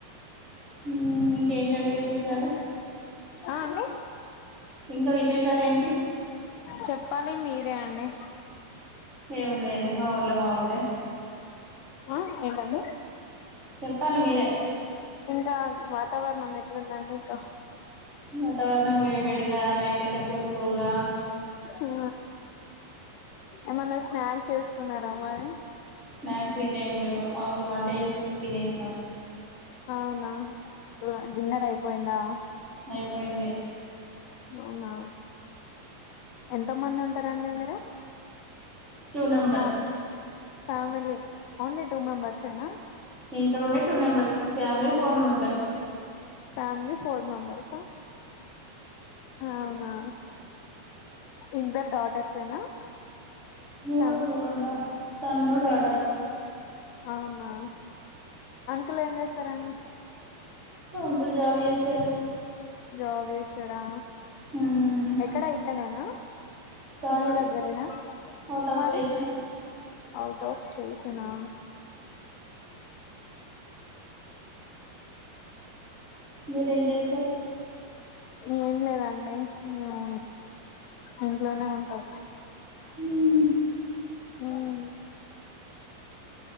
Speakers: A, on the right; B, on the left.
A: ఉమ్ ఇంకేంటండి విశేషాలు
B: ఆ అండి
A: ఇంక విశేషాలేంటి
B: చెప్పాలి మీరే అండి
A: ఏమున్నాయ్ అండి మా ఊళ్లే మామూళ్లే
B: హా ఏంటండి
A: చెప్పాలి మీరే
B: ఇంకా వాతావరణం ఎట్లుందండి ఇక
A: వాతావరణం వేడి వేడిగా నైట్ అయితే కూల్ కూల్ గ
B: హా ఏమన్నా స్నాక్ చేసుకున్నారా మరి
A: స్నాక్స్ ఇట్లేంలేవ్ మామూలుగ వంట చేస్తూ తినేసినం
B: అవునా అ డిన్నర్ అయిపోయిందా
A: అయిపోయింది
B: అవునా ఎంత మంది ఉంటారండి మీరు
A: టు నంబర్స్
B: ఫ్యామ్ ఫ్యామిలీ ఓన్లీ టూ మెంబర్స ఏనా
A: ఇంట్లో ఉండే two numbers family four members
B: family four members అ అవునా ఇందర్ డాటర్స్ ఏనా
A: ఓ
B: సన్స్
A: ఓ డ సన్ను డాటర్
B: అవునా అంకల్ ఏం చేస్తారండి
A: ఒ అంకుల్ జాబ్ జెస్తారు
B: జాబ్ చేస్తారా
A: మ్మ్.
B: ఎక్కడ ఇక్కనేనా
A: కాదు
B: మీ దగ్గరేనా
A: అవుట్ ఆఫ్
B: మరి
A: స్టేషన్
B: అవున్ టాప్ స్టేషనా
A: మీరేం చేస్తారు
B: ఏం లేదండి మేము ఇంట్లోనే ఉంటాం
A: ఉమ్
B: మ్